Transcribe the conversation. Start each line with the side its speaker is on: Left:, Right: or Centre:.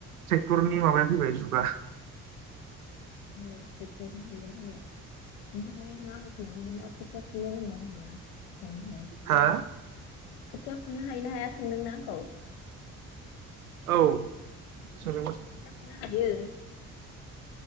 Right: टेक्टरनि माबाया फैबाय जुग। गा।
Left: औ टेकटरनि जुगा फैबाय। ओमफाय नों आंखौ सोंदोंमोनना खोथिया फुनो रोंगोना रोङा गायनो हाया
Right: हा
Left: खोथिया फुनो हायो ना हाया सोंदों ना आंखौ?
Right: औ। सोंदोंमोन।
Left: खोथिया फुनो हायो।